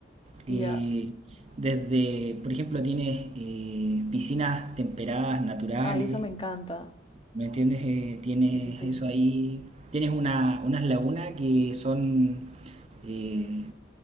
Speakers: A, on the right; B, on the left.
A: Eh,
B: Ya.
A: desde, por ejemplo, tienes eh, piscinas temperadas, naturales,
B: Ay, eso me encanta.
A: ¿me entiendes? Eh, tienes
B: Sí, sí, sí.
A: eso ahí, tienes una, unas lagunas que son eh,